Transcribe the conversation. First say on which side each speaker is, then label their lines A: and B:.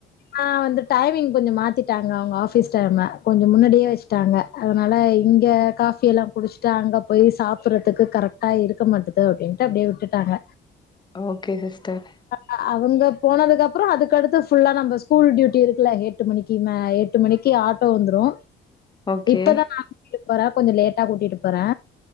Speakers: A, on the left (about 50°); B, on the left (about 20°).
A: அ வந்து டைமிங் கொஞ்சோ மாத்திட்டாங்க அவுங்க ஆஃபீஸ் டைம கொஞ்சோ முன்னாடியே வச்சுட்டாங்க அதனால இங்க காஃபி எல்லா குடிச்ட்டு அங்க போய் சாப்பட்றதுக்கு கரெக்டா இருக்க மாட்டத் து அப்டின்ட்டு அப்டியே விட்டுட்டாங்க
B: ஓகே சிஸ்டர்
A: அ அவுங்க போனதுக்கப்றோ அதுக்கடுத்து ஃபுல்லா நம்ம ஸ்கூல் டியூட்டி இருக்குல ஹெட் ட்டு மணிக்கு மே எட்டு மணிக்கு ஆட்டோ வந்துரூ
B: ஓகே
A: இப்பதா நா கூட்டிட்டு போறோ கொஞ்சோ லேட்டா கூட்டிட்டு போறோ